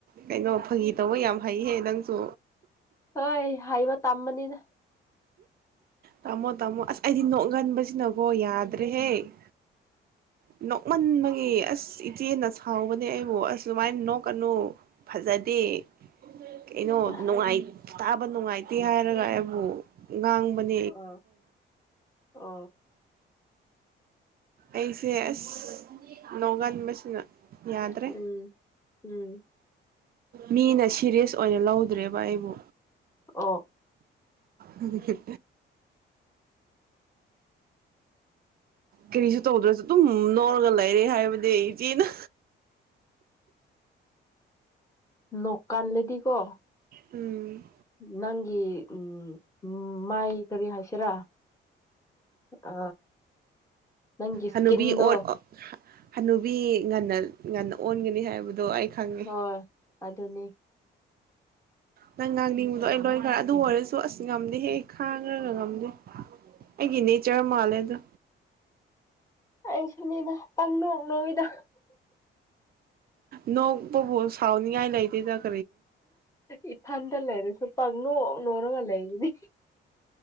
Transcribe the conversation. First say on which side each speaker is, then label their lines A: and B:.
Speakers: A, on the right; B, on the left.
A: ꯀꯩꯅꯣ ꯐꯥꯒꯤ ꯇꯧꯕ ꯌꯥꯝ ꯐꯩꯍꯦ ꯅꯪꯁꯨ
B: ꯍꯣꯏ ꯍꯥꯏꯕ ꯇꯝꯕꯅꯤꯅ
A: ꯇꯥꯃꯣ ꯇꯥꯃꯣ ꯑꯁ ꯑꯩꯗꯤ ꯅꯣꯛꯒꯟꯕꯁꯤꯅꯀꯣ ꯌꯥꯗ꯭ꯔꯦꯍꯦ ꯅꯣꯛꯃꯟꯕꯒꯤ ꯑꯁ ꯏꯆꯦꯅ ꯁꯥꯎꯕꯅꯦ ꯑꯩꯕꯨ ꯑꯁ ꯁꯨꯃꯥꯏꯅ ꯅꯣꯛꯀꯅꯨ ꯐꯖꯗꯦ ꯀꯩꯅꯣ
B: ꯑꯣ
A: ꯅꯨꯡꯉꯥꯏꯇꯕ ꯅꯨꯡꯉꯥꯏꯇꯦ ꯍꯥꯏꯔꯒ ꯑꯩꯕꯨ ꯉꯥꯡꯕꯅꯤ
B: ꯑꯥ ꯑ
A: ꯑꯩꯁꯦꯁ ꯂꯒꯥꯟ ꯌꯥꯗ꯭ꯔꯦ
B: ꯎꯝ ꯎꯝ
A: ꯃꯤꯅ ꯁꯤꯦꯔꯤꯌꯁ ꯑꯣꯏꯅ ꯂꯧꯗ꯭ꯔꯦꯕ ꯑꯩꯕꯨ
B: ꯑꯣ
A: ꯑꯗꯨ ꯑꯗꯨ ꯀꯔꯤꯁꯨ ꯇꯧꯗ꯭ꯔꯁꯨ ꯑꯗꯨꯝ ꯅꯧꯔꯒ ꯂꯩꯔꯦ ꯍꯥꯏꯕꯗꯤ ꯏꯆꯦꯅ
B: ꯅ ꯀꯥꯟꯜꯂꯦꯗꯤ ꯀꯣ
A: ꯎꯝ
B: ꯅꯪꯒꯤ ꯎꯝ ꯃꯥꯏ ꯀꯔꯤ ꯍꯥꯁꯤꯔ ꯑ ꯅꯪꯒꯤ ꯏꯁꯀꯤꯟꯣ
A: ꯍꯅꯨꯕꯤ ꯑꯣ ꯍꯅꯨꯕꯤ ꯉꯟꯅ ꯉꯟꯅ ꯑꯣꯟꯒꯅꯤ ꯍꯥꯏꯕꯗꯣ ꯑꯩ ꯈꯪꯉꯦ
B: ꯍꯣꯏ ꯑꯗꯨ ꯑꯗꯨꯅꯤ
A: ꯅꯪ ꯉꯥꯡꯅꯤꯡꯕꯗꯣ ꯑꯩ ꯂꯣꯏꯈꯔꯦ ꯑꯗꯨ ꯑꯣꯏꯔꯁꯨ ꯑꯁ ꯉꯝꯗꯦ ꯍꯦꯛ ꯈꯥꯡꯉ꯭ꯔꯒ ꯉꯝꯗꯦ ꯑꯩꯒꯤ ꯅꯦꯆꯔ ꯃꯥꯜꯂꯦ ꯑꯗꯣ
B: ꯑꯩꯁꯨꯅꯤꯅ ꯄꯪꯅꯣꯛ ꯅꯣꯣꯏꯗ
A: ꯅꯣꯡ ꯄꯕ ꯁꯥꯎꯅꯤꯌꯥꯥꯏ ꯂꯩ <unintelligible>
B: ꯏ ꯊꯥꯟꯗ ꯂꯩꯔꯦ ꯁ ꯄꯪꯅ ꯎꯔꯉꯂ ꯏꯅꯤ